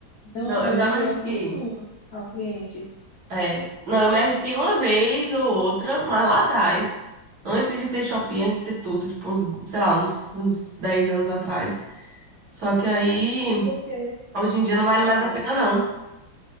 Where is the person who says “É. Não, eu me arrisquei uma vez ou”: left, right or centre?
Right